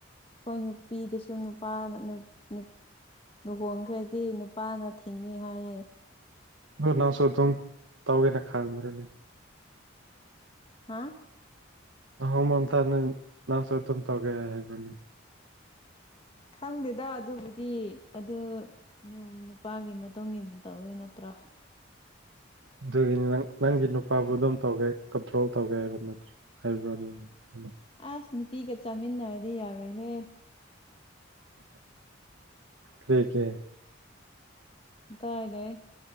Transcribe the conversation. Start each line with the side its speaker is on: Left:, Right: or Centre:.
Left: ꯈꯣꯏ ꯅꯨꯄꯤꯗꯨꯁꯨ ꯅꯨꯄꯥꯅ ꯅꯨ <unintelligible> ꯂꯨꯍꯣꯡꯈ꯭ꯔꯗꯤ ꯅꯨꯄꯥꯅ ꯊꯤꯡꯉꯦ ꯍꯥꯏꯌꯦ
Right: ꯗꯣ ꯅꯪꯁꯨ ꯑꯗꯨꯝ ꯇꯧꯒꯦꯅ ꯈꯟꯕ꯭ꯔꯣꯅꯦ
Left: ꯍꯥꯥ
Right: ꯅꯍꯣꯡꯃꯝꯇꯥꯗ ꯅꯪꯁꯨ ꯑꯗꯨꯝ ꯇꯧꯒꯦ ꯍꯥꯏꯕꯅꯦ
Left: ꯈꯪꯗꯦꯗ ꯑꯗꯨꯕꯨꯗꯤ ꯑꯗꯨ ꯅꯨꯄꯥꯒꯤ ꯃꯇꯨꯡ ꯏꯟꯅ ꯇꯧꯗꯣꯏ ꯅꯠꯇ꯭ꯔꯣ
Right: ꯑꯗꯨꯒꯤ ꯅꯪ ꯅꯪꯒꯤ ꯅꯨꯄꯥꯕꯨ ꯑꯗꯨꯝ ꯇꯧꯒꯦ ꯀꯟꯇ꯭ꯔꯣꯜ ꯇꯧꯒꯦ ꯍꯥꯏꯕ ꯅꯠꯇ꯭ꯔꯦ <unintelligible>
Left: ꯑꯥꯁ ꯅꯨꯄꯤꯒ ꯆꯥꯃꯤꯟꯅꯔꯗꯤ ꯌꯥꯔꯣꯏꯍꯦ
Right: ꯀꯔꯤꯒꯤ
Left: ꯀꯗꯥꯏꯗꯩ